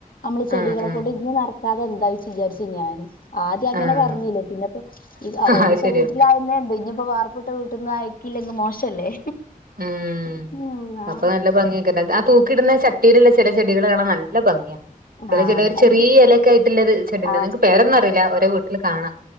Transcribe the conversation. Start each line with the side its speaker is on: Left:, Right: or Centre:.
Left: അമ്മള് ചെടികളെകൊണ്ട്
Right: ആഹ് ആഹ്
Left: ഇന്ന നടക്കാതെ എന്തായി വിചാരിച്ചു ഞാന്. ആദ്യം അങ്ങനെ
Right: ആഹ്
Left: പറഞ്ഞില്ലേ പിന്നപ്പോ ഈ ഓടിപ്പോ
Right: അത് ശരിയാ
Left: വീട്ടിലായന്നണ്ട് ഇനിയിപ്പോ വാർപ്പ് ട്ട വീട്ടിന്ന് അയ്ക്കില്ലങ്കിൽ മോശല്ലേ.
Right: ഉം
Left: ഉം ആ
Right: അപ്പൊ നല്ല ഭംഗിയെക്ക ആ തൂക്കി ഇട്ന്ന ചട്ടിലുള്ള ചെല ചെടികൾ കാണൻ നല്ല ഭംഗ്യ. ചെല
Left: ആ
Right: ഒരു ചെറിയ
Left: അത്
Right: എലക്കായിയിട്ടിള്ളത് ചെടിണ്ട്‌
Left: ആ
Right: എക്ക് പേരൊന്നു അറിയില്ല ഓരോ വീട്ടില് കാണാം.